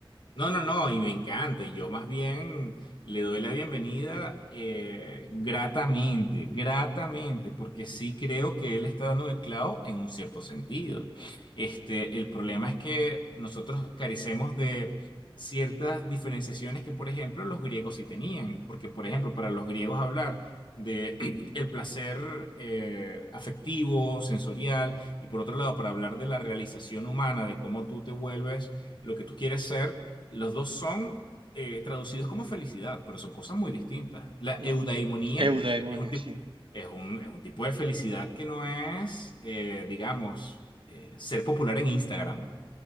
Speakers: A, on the left; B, on the right.
A: No, no, no, y me encanta. Y yo más bien le doy la bienvenida eh, gratamente, gratamente, porque sí creo que él está dando el clavo en un cierto sentido. Este, el problema es que nosotros carecemos de ciertas diferenciaciones que, por ejemplo, los griegos sí tenían. Porque, por ejemplo, para los griegos hablar de <clears throat> el placer eh, afectivo, sensorial, y por otro lado, para hablar de la realización humana, de cómo tú te vuelves lo que tú quieres ser los dos son eh, traducidos como felicidad, pero son cosas muy distintas. La
B: Ujú.
A: eudaimonía
B: Eudaimonia,
A: es un tipo,
B: sí,
A: es un, es un tipo de felicidad que no es, eh, digamos, eh, ser popular en Instagram.